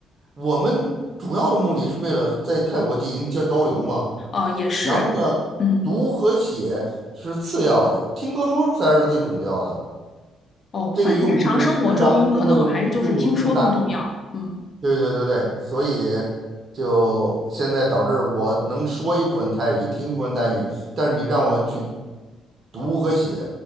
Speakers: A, on the right; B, on the left.
A: 我们主要的目的是为了在泰国进行交流嘛。
B: 哦，也是，
A: 然后呢，
B: 嗯，
A: 读和写是次要的，听和说才是最重要的。
B: 哦，反正日常生活中可能还是就是听说更重要，
A: 这个用处是日常生活中用处更大。
B: 嗯
A: 对对对对，所以就现在导致我能说一部分泰语，听一部分泰语，但是你让我去读和写，